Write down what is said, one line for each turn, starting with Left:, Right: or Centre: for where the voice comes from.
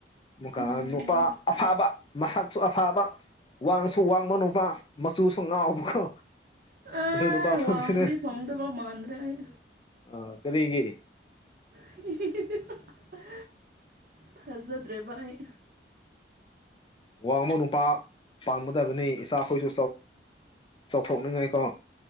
Left: ꯃꯨꯀ
Right: ꯎꯝ
Left: ꯅꯨꯄꯥ ꯑꯐꯥꯕ ꯃꯁꯛꯁꯨ ꯑꯐꯥꯕ ꯋꯥꯪꯁꯨ ꯋꯥꯪꯕꯥ ꯅꯨꯄꯥ ꯃꯆꯨꯁꯨ ꯉꯥꯎꯕꯀꯣ
Right: ꯑꯦ
Left: ꯑꯗꯨ ꯅꯨꯄꯥ ꯐꯪꯁꯤꯅꯦ
Right: ꯋꯥꯡꯕꯗꯤ ꯐꯪꯗꯕ ꯃꯥꯟꯗ꯭ꯔꯦ ꯑꯩ
Left: ꯑ ꯀꯔꯤꯒꯤ
Right: <unintelligible> ꯊꯥꯖꯗ꯭ꯔꯦꯕ ꯑꯩ
Left: ꯎꯝ ꯋꯥꯪꯕ ꯅꯨꯄꯥ ꯄꯥꯝꯒꯗꯕꯅꯤ ꯏꯆꯥꯈꯣꯏꯁꯨ ꯆꯥꯎꯊꯣꯛꯅꯤꯡꯉꯥꯏꯀꯣ